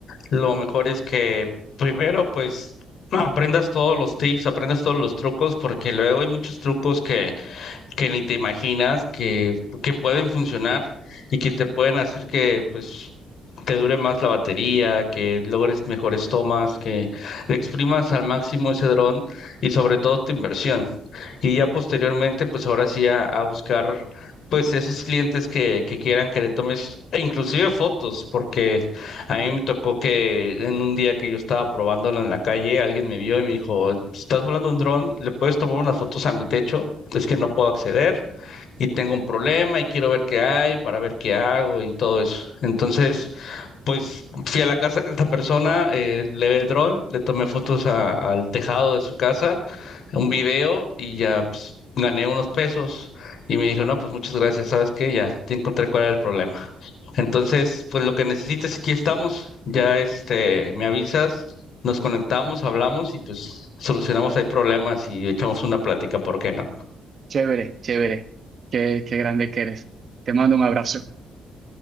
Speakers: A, on the left; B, on the right.
A: Lo mejor es que primero, pues, aprendas todos los tips, aprendas todos los trucos, porque luego hay muchos trucos que que ni te imaginas que, que pueden funcionar y que te pueden hacer que pues te dure más la batería, que logres mejores tomas, que le exprimas al máximo ese dron y sobre todo tu inversión. Y ya posteriormente, pues ahora sí a, a buscar pues esos clientes que, que quieran que le tomes e inclusive fotos, porque a mí me tocó que en un día que yo estaba probándolo en la calle, alguien me vio y me dijo, estás volando un dron, le puedes tomar unas fotos a mi techo es que no puedo acceder y tengo un problema y quiero ver qué hay para ver qué hago y todo eso. Entonces, pues fui a la casa de esta persona, eh, le ve el dron, le tomé fotos a- al tejado de su casa, un video y ya pues, gané unos pesos y me dijo, no, pues muchas gracias, ¿sabes qué? Ya, te encontré cuál era el problema. Entonces, pues lo que necesites, aquí estamos, ya este, me avisas. Nos conectamos, hablamos y pues solucionamos ahí problemas y echamos una plática, ¿por qué no?
B: Chévere, chévere. Qué, qué grande que eres. Te mando un abrazo.